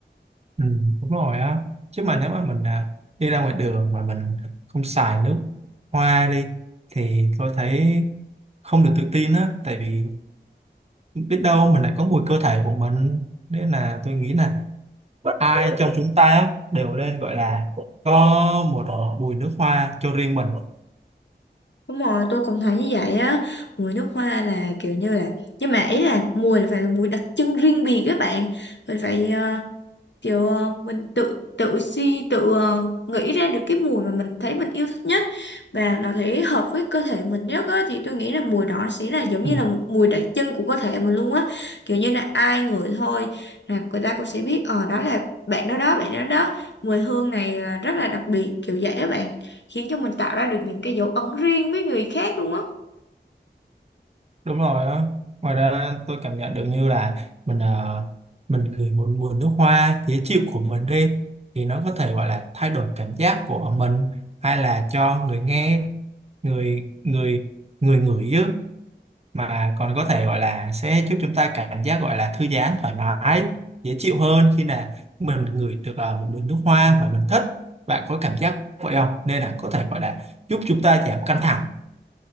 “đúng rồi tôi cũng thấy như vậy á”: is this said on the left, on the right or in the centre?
Left